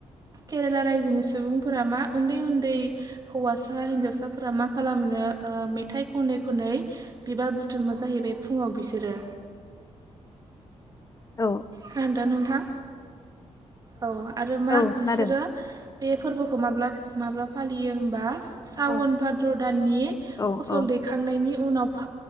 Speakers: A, on the right; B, on the left.
A: केरेला रायजोनि सुबुंफोरा मा उन्दै उन्दै हौवा सा हिनजावसाफोरा मा खालामनो ओ मेथाइ खनै खनै बिबार बुथुमो जाहैबाय फुङाव बिसोरो
B: औ
A: खोनादो नोंथां औ आरो मा
B: औ
A: बिसोरो
B: खोनादों
A: बे फोरबोखौ माब्ला माब्ला फालियो होमबा सावन
B: औ
A: भाद्र दाननि
B: औ
A: फसल
B: औ
A: दैखांनायनि उनाव